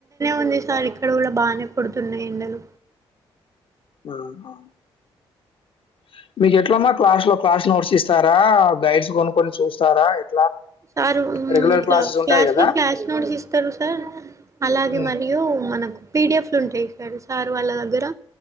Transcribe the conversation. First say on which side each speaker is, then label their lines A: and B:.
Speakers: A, on the right; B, on the left.
A: ంది సార్ ఇక్కడ కూడా బాగానే పడుతున్నాయి ఎండలు
B: <inaudible> మీకు ఎట్లమ్మా క్లాస్ లో క్లాస్ నోట్స్ ఇస్తారా గైడ్స్ కొనుక్కని చూస్తారా ఎట్లా
A: సార్
B: రెగ్యులర్
A: ఇట్లా
B: క్లాసెస్
A: క్లాస్
B: ఉంటాయి గదా!
A: లో క్లాస్ నోడిస్ ఇస్తారు సార్ అలాగే
B: హ్మ్.
A: మరియు మనకు పీడిఎఫ్ లు ఉంటాయి సారు సార్ వాళ్ళ దగ్గర